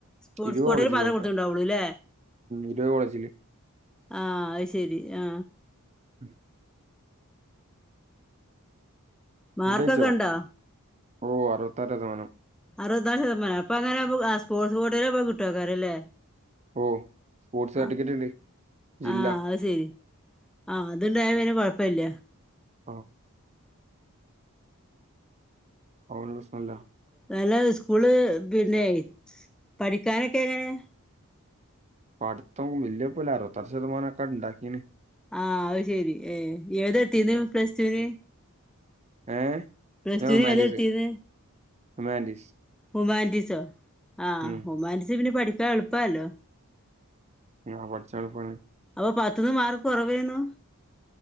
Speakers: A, in the centre; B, on the right.
A: സ്പോർട്സ്
B: ഇരുപത്
A: കോട്ടൽ
B: കോളേജിൽ
A: മാത്രേ
B: കൊടുക്കാം
A: കൊടുത്തുണ്ടാവുള്ളു അല്ലേ
B: ഇരുപത് കോളേജിൽ
A: ആ അ ശെരി ആ
B: ഉം
A: മാർക്കൊക്കെ
B: ഫുഡ് കഴിച്ചോ
A: ഉണ്ടോ?
B: ഓ അറുപത്താറ് ശതമാനം
A: അറുപതാല് ശതമാനം അപ്പൊ അങ്ങനെ ആ സ്പോർട്സ് കോട്ടയിൽ കിട്ടൊകാരലേ
B: ഓ സ്പോർട്സ് സർട്ടിഫിക്കറ്റ്
A: ആ
B: ഉണ്ട് ജില്ല
A: ആഹ് അത് ശരി ആഅത്ണ്ടായ പിന്നെ കൊഴപ്പല്ല
B: ആ അനതൊട് പ്രശ്നംല്ല
A: നല്ല സ്കൂള് പിന്നെ പഠിക്കാനൊക്കെ എങ്ങനെ
B: പടുത്തം വലിയ പോല അറുപത്താറ് ശതമാനം ക്കേ ഇണ്ടാക്കീന്
A: ആ അത് ശെരി ഏ ഏത് ട്ത്ഥീനെപ്ലസ് ടൂവിന്
B: ഏ
A: പ്ലസ്ടുവിന്
B: ഞാൻ ഹ്യൂമാനിറ്റീസ്
A: ഏതാ ഇടുത്തിത്
B: ഹ്യൂമാനിറ്റീസ്
A: ഹുമാൻറ്റീസോ ആ
B: ഉം
A: ഹുമാൻറ്റീസ് പിന്നെ പഠിക്കാൻ എളുപ്പല്ലോ
B: ആ പഠിച്ചാണ്പ്പണ
A: അപ്പ പത്തന്ന് മാർക്ക് കുറവേന്നു